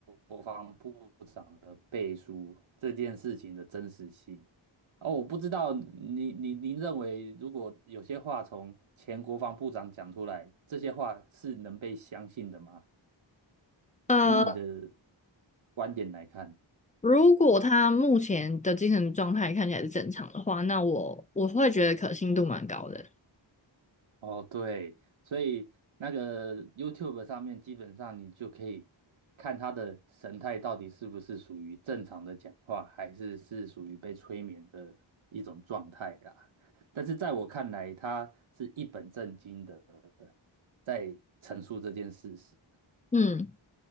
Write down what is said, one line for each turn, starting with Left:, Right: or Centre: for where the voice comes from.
Right: 国防部长的背书这件事情的真实性。哦，我不知道你你您认为，如果有些话从前国防部长讲出来，这些话是能被相信的吗？
Left: 呃
Right: 以你的观点来看，
Left: 如果他目前的精神状态看起来是正常的话，那我我会觉得可信度蛮高的。
Right: 哦，对，所以那个 YouTube 上面基本上你就可以看他的神态到底是不是属于正常的讲话，还是是属于被催眠的一种状态啦。但是在我看来，他是一本正经的在陈述这件事实。
Left: 嗯，